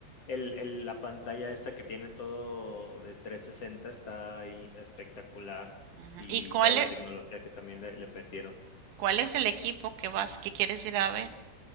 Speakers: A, on the left; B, on the right.
A: el- el- la pantalla esta que tiene todo de 360 está ahí espectacular
B: ujú.
A: y
B: ¿Y cuál
A: toda la
B: es,
A: tecnología que también le, le metieron.
B: cuál es el equipo que vas, que quieres ir a ver?